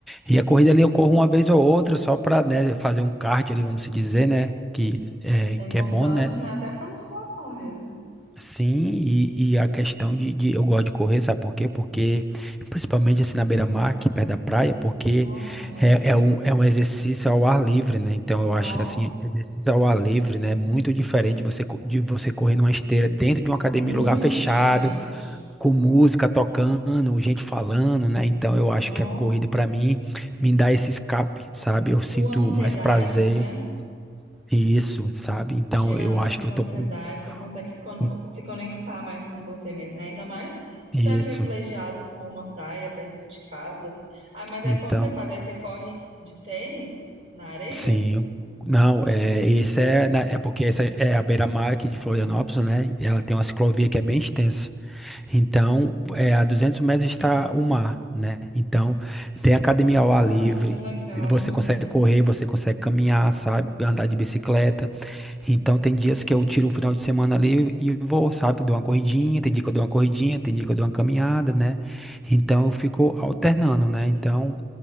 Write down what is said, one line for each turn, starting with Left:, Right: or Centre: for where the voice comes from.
Centre: E a corrida
Right: pois
Centre: ali eu
Right: é.
Centre: corro uma vez ou outra, só pra, né, fazer um cardio ali, vamos se dizer, né? Que é,
Right: É importante,
Centre: que é bom, né?
Right: né? Até pra musculação mesmo.
Centre: Sim, e, e a questão de, de- eu gosto de correr, sabe por quê? Porque, principalmente assim na beira-mar, aqui perto da praia, porque
Right: Nó, que maravilha.
Centre: é, é, um, é um exercício ao ar livre, né? Então
Right: Nossa,
Centre: eu acho que assim, exercício ao ar livre, né? É muito diferente você, co- de você correr numa esteira dentro de uma academia,
Right: muito
Centre: em lugar fechado,
Right: diferente.
Centre: com música tocando, gente falando, né? Então eu acho
Right: Nó,
Centre: que a corrida pra mim me dá esse escape, sabe? Eu
Right: sua
Centre: sinto
Right: ansiedade,
Centre: mais prazer,
Right: né?
Centre: isso, sabe? Então
Right: tira
Centre: eu acho
Right: essa
Centre: que eu
Right: ansiedade,
Centre: tô com
Right: você consegue se, con-
Centre: com
Right: se conectar mais com você mesmo, né? Ainda mais
Centre: isso.
Right: se é privilegiado com uma praia perto de casa. Ah, mas aí
Centre: Então.
Right: como você faz? Aí você corre de tênis na areia?
Centre: Sim, não, é, esse é, na- é porque essa é a beira-mar aqui de Florianópolis, né? Ela tem uma ciclovia que é bem extensa. Então, é, a 200 metros está o mar, né? Então, tem academia ao
Right: Ah,
Centre: ar livre,
Right: que legal,
Centre: você
Right: gente.
Centre: consegue correr, você consegue caminhar, sabe? Andar de bicicleta. Então, tem dias que eu tiro um final de semana ali e vou, sabe? Dou uma corridinha, tem dia que eu dou uma corridinha, tem dia que eu dou uma caminhada, né? Então, eu fico alternando, né? Então.